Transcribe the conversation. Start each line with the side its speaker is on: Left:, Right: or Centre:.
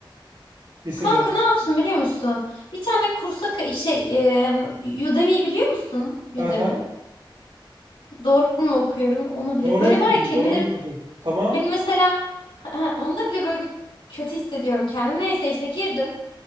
Right: Lisede.
Left: Kanka ne yapsın biliyor musun? Bir tane kursa ka- şey e, Udemy'yi biliyor musun?
Right: Hı
Left: Udemy.
Right: hı.
Left: Doğru mu okuyorum onu bile.
Right: Doğru
Left: Böyle
Right: okudun,
Left: var ya kelimeleri
Right: doğru okudun. Tamam,
Left: hani mesela ha, ha, onda bile böyle bir kötü hissediyorum kendimi. Neyse işte girdim.